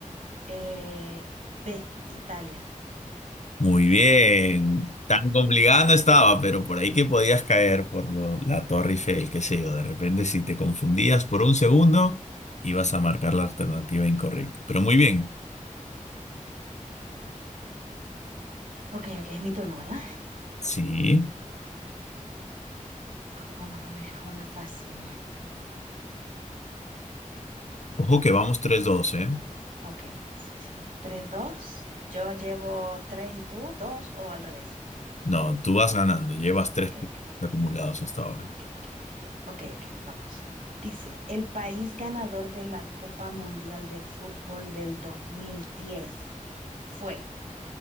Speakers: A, on the right; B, on the left.
A: Eh, B, Italia.
B: Muy bien. Tan complicado no estaba, pero por ahí que podías caer por lo- la Torre Eiffel, qué sé yo. De repente, si te confundías por un segundo, ibas a marcar la alternativa incorrecta. Pero muy bien.
A: Ok, ok, es mi turno, ¿verdad?
B: Sí.
A: Vamos a ver, una fácil.
B: Ojo que vamos tres 2 ¿eh?
A: Ok, sí, sí. Tres, dos. Yo llevo 3 y tú 2 o al revés.
B: No, tú vas ganando. Llevas tres
A: Ok,
B: puntos
A: ok,
B: acumulados hasta ahora.
A: ok, ok. Ok, ok, vamos. Dice, el país ganador de la Copa Mundial de Fútbol del 2010 fue